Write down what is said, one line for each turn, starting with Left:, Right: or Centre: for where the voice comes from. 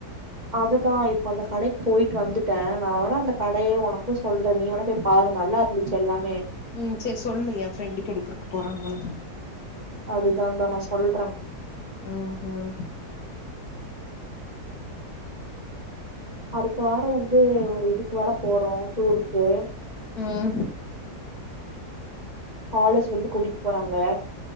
Right: அதுதா இப்ப அந்த கடைக் போயிட் வந்துட்ட நா வேனா அந்த கடைய உனக்கும் சொல்ற நீ வேன போய் பாரு நல்லா இருந்துச்சு எல்லாமே
Left: ம் சேரி சொல்லு எ ஃப்ரெண்டுக்கு எடுக்றக்கு போற நானு
Right: அதுதான்டா நா சொல்றே
Left: ம் ம்
Right: அடுத்த வாரம் வந்து ஒரு இதுக்கு வர போறோம் டூருக்கு
Left: ம்
Right: காலேஜ்லருந்து கூட்டிட் போறாங்க